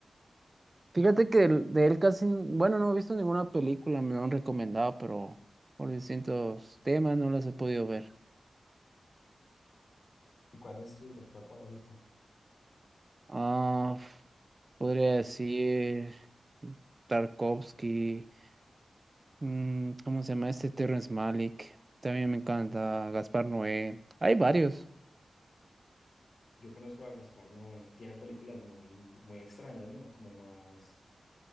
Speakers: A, on the right; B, on the left.
A: Fíjate que del- de él casi, n- bueno, no he visto ninguna película, me lo han recomendado, pero por distintos temas no las he podido ver.
B: ¿Y cuál es tu director favorito?
A: Ah. Podría decir Tarkovsky, mm, ¿cómo se llama este? Terrence Malick. También me encanta Gaspar Noé. Hay varios.
B: Yo conozco a Gaspar Noé. Tiene películas muy, muy extrañas, ¿no? Como más,